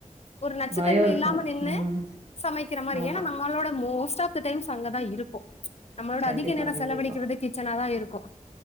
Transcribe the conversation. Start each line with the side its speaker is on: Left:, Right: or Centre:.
Left: ஒரு நச்சுத்தன்மை
Right: பயோ இருக்கு
Left: இல்லாம நின்னு
Right: ம்
Left: சமைக்கிற மாறி
Right: ஆமா
Left: ஏன்னா நம்மளோட மோஸ்ட் ஆஃப் ப் த டைம்ஸ் அங்கதா இருக்கோ நம்மளோட
Right: கண்டிப்பா
Left: அதிக நேரோ
Right: கண்டிப்பா
Left: செலவழிக்கிறது கிச்சனா தா இருக்கும்